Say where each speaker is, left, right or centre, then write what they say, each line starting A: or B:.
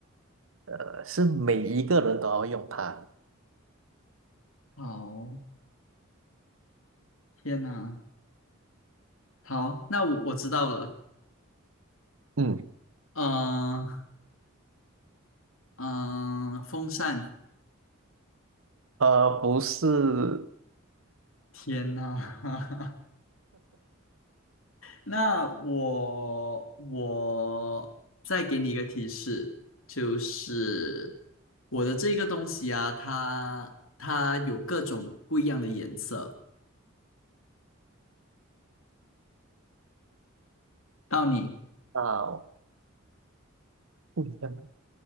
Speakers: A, on the right; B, on the left.
A: 呃，是每一个人都要用它，
B: 好，天呐，好，那我我知道了。
A: 嗯，
B: 嗯、嗯、风扇，
A: 呃，不是
B: 天呐，<laughs> 那我我再给你一个提示，就是我的这个东西啊，它它有各种不一样的颜色。到你，
A: 啊，不一样的。